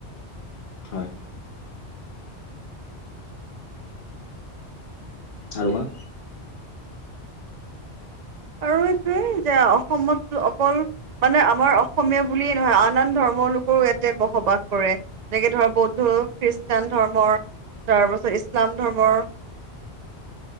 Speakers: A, on the left; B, on the right.
A: হয় আৰু কোৱা
B: আৰু এইটোৱে যে অসমত অকল মানে আমাৰ অসমীয়া বুলিয়েই নহয় আন আন ধৰ্ম ধৰ্মৰ লোকৰো ইয়াতে বসবাস কৰে যেনেকে ধৰ বৌদ্ধ খ্ৰীষ্টান ধৰ্মৰ তাৰপাছত ইছলাম ধৰ্মৰ